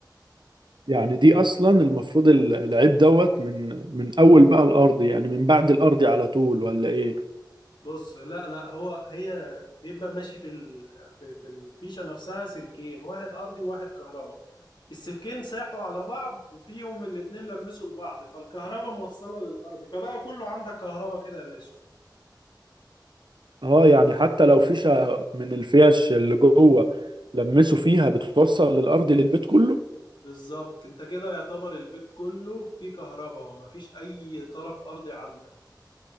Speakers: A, on the right; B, on the left.
A: يعني دي اصلا المفروض ال- العيب دوت من من اول بقى الارض يعني من بعد الارض على طول ولا ايه
B: بص لا لا هو هي بيبقى ماشي في ال... في في الفيشه نفسها سلكين واحد ارضي وواحد كهرباء السلكين ساحوا على بعض وفيهم الاتنين لمسوا لبعض فالكهرباء موصله للارض فبقى كله عندك كهرباء كده يا باشا
A: اه يعني حتى لو فيشة من الفيش اللي جوه لمسوا فيها بتوصل للارض للبيت كله
B: بالظبط انت كده يعتبر البيت كله فيه كهرباء مفيش اي طرف ارضي عندك